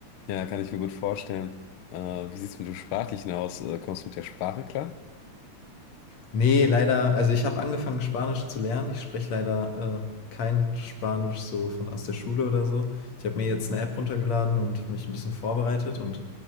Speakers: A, on the left (about 75°); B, on the left (about 60°).
A: Ja, kann ich mir gut vorstellen. Äh, wie sieht es mit dem Sprachlichen aus? Äh, kommst du mit der Sprache klar?
B: Nee, leider, also ich habe angefangen Spanisch zu lernen. Ich spreche leider äh, kein Spanisch so von aus der Schule oder so. Ich habe mir jetzt eine App runtergeladen und mich ein bisschen vorbereitet und